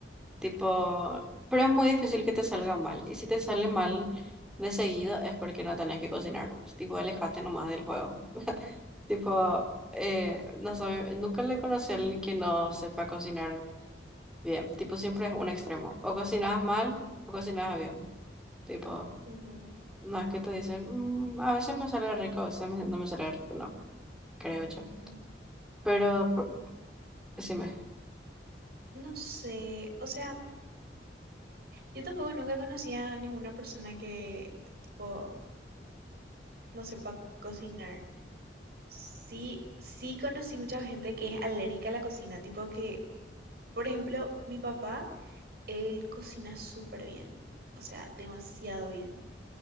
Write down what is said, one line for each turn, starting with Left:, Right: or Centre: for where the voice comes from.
Centre: Tipo, pero es muy difícil que te salga mal. Y si te sale mal de seguido es porque no tenés que cocinar nomás. Tipo, alejate nomás del juego. Tipo, eh, no sabe- nunca le conocí a alguien que no sepa cocinar bien. Tipo, siempre es un extremo. O cocinas mal o cocinas bien. Tipo,
Right: Ujú,
Centre: no es que te dicen, "Mm, a veces me sale rico, a veces me- no me sale rico. No, creo yo.
Right: ujú.
Centre: Pero, por- decime.
Right: No sé. O sea, yo tampoco nunca conocí a ninguna persona que, tipo, no sepa cocinar. Sí, sí conocí mucha gente que es alérgica a la cocina. Tipo que, por ejemplo, mi papá, él cocina súper bien. O sea, demasiado bien.